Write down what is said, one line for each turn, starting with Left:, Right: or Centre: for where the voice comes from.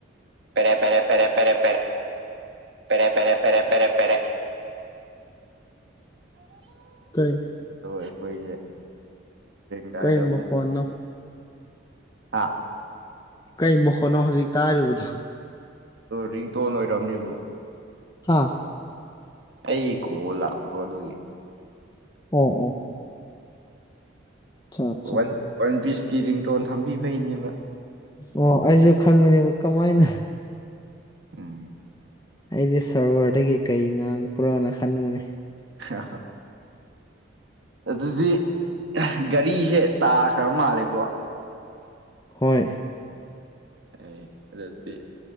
Right: ꯐꯔꯦ ꯄꯔꯦ ꯄꯔꯦ ꯄꯔꯦ ꯄꯔꯦ ꯐꯔꯦ ꯄꯦꯔꯦ ꯄꯦꯔꯦ ꯄꯦꯔꯦ ꯄꯦꯔꯦ
Left: ꯀꯩ
Right: ꯍꯣꯏꯈꯣꯏꯁꯦ ꯗꯥꯗ
Left: ꯀꯩ ꯃꯈꯣꯟꯅꯣ
Right: ꯍꯥ
Left: ꯀꯩ ꯃꯈꯣꯣꯠꯅꯣ ꯍꯧꯖꯤꯛ ꯇꯥꯔꯤꯕꯗꯣ
Right: ꯔꯤꯡꯇꯣꯟ ꯑꯣꯏꯔꯝꯅꯦꯕ꯭ꯔꯣ
Left: ꯍꯥꯥ
Right: ꯑꯩ ꯀꯣ ꯂꯥꯛꯄꯀꯣ ꯑꯗꯨꯒꯤ
Left: ꯑꯣ ꯑꯣ ꯑꯆꯥ ꯑꯠꯆꯥ
Right: ꯑ ꯋꯥꯟ ꯄꯤꯁꯀꯤ ꯔꯤꯡꯇꯣꯟ ꯊꯝꯕꯤꯕꯩꯅꯦꯕ
Left: ꯑꯣ ꯑꯩꯁꯨ ꯈꯟꯕꯅꯦꯕ ꯀꯃꯥꯏꯅ
Right: ꯎꯝ
Left: ꯑꯩꯗꯤ ꯁꯔꯚꯔꯗꯒꯤ ꯀꯩ ꯉꯥꯡꯉꯄ꯭ꯔꯣꯅ ꯈꯟꯕꯅꯦ
Right: ꯍ ꯑꯗꯨꯗꯤ ꯒꯥꯔꯤꯁꯦ ꯇꯥꯈ꯭ꯔ ꯃꯥꯜꯂꯦꯀꯣ
Left: ꯍꯣꯏ
Right: ꯑꯦ ꯑꯗꯨꯗꯤ